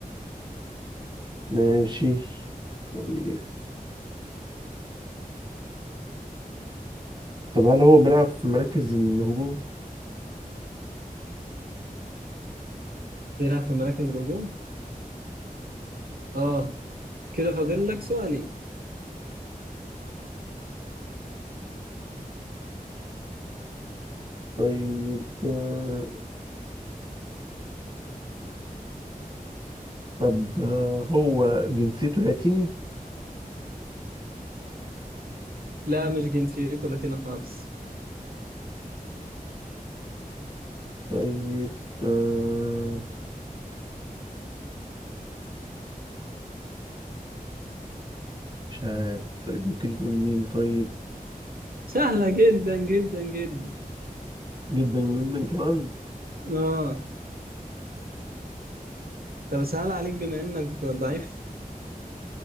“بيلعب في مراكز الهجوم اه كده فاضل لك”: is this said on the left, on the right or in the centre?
Right